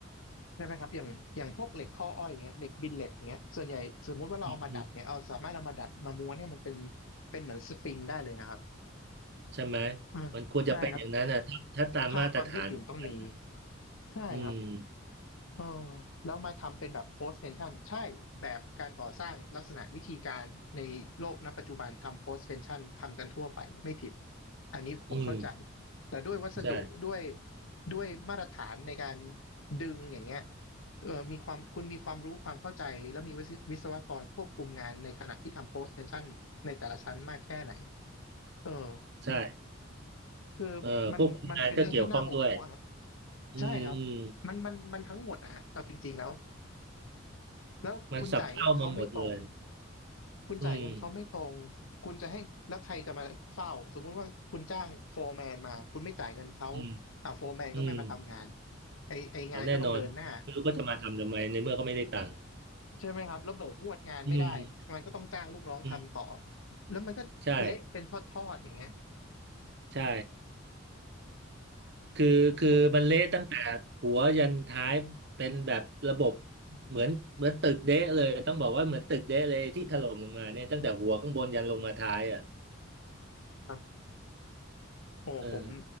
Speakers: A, on the left (about 80°); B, on the right (about 55°).
A: ใช่ไหมครับอย่างอย่างพวกเหล็กข้ออ้อยอย่างเงี้ยเหล็กบิลเลตอย่างเงี้ยส่วนใหญ่สมมุติว่าเราเอามาดัดเนี่ยเอาสามารถเอามาดัดมาม้วนให้มันเป็น
B: อืม
A: เป็นเหมือนสปริงได้เลยนะครับ
B: ใช่ไหม
A: อืมใช่ครับ
B: มันควรจะเป็นอย่างนั้นนะถ้าถ้าตามมาตรฐานน่ะ
A: ค่าความยืดหยุ่นต้องมีใช่ครับ
B: อืม
A: เออแล้วมาทำเป็นแบบ post tension ใช่แบบการก่อสร้างลักษณะวิธีการในโลกณปัจจุบันทำ post tension ทำกันทั่วไปไม่ผิดอันนี้ผมเข้าใจ
B: อืม
A: แต่ด้วยวัสดุด้วย
B: ใช่
A: ด้วยมาตรฐานในการดึงอย่างเงี้ยเออมีความคุณมีความรู้ความเข้าใจแล้วมีวิศวิศวกรควบคุมงานในขณะที่ทำ post tension ในแต่ละชั้นมากแค่ไหนเออ
B: ใช่
A: คือมันมันเป็นเรื่องที่น่าโมโหอะฮะ
B: เอ่อควบคุมงานก็เกี่ยวข้องด้วยอืมอืม
A: ใช่ครับมันมันมันทั้งหมดอะฮะเอาจริงๆแล้ว แล้วคุณจ่ายเงินเขาไม่ตรง
B: มันสับเข้ามาหมดเลย
A: คุณจ่ายเงินเขาไม่ตรง
B: อืม
A: คุณจะให้แล้วใครจะมาเฝ้าสมมุติว่าคุณจ้างโฟร์แมนมา คุณไม่จ่ายเงินเขา
B: อืม
A: อ่าโฟร์แมนก็ไม่มาทำงาน
B: อืม
A: ไอไองานก็ต้องเดินหน้า
B: เอาแน่นอนไม่รู้ก็จะมาทำทำไมในเมื่อก็ไม่ได้ตังค์
A: ใช่ไหมครับแล้วเบิกงวดงานไม่ได้มันก็ต้องจ้างลูกน้องทำต่อ
B: อืมอืม
A: แล้วมันก็เละเป็นทอดๆอย่างเงี้ย
B: ใช่ใช่คือคือมันเละตั้งแต่หัวยันท้ายเป็นแบบระบบ
A: โอ้
B: เหมือนเหมือนตึกเดะเลยต้องบอกว่าเหมือนตึกเดะเลยที่ถล่มลงมาเนี่ยตั้งแต่หัวข้างบนยันลงมาท้ายอ่ะ
A: ครับโอ้ผม
B: เออ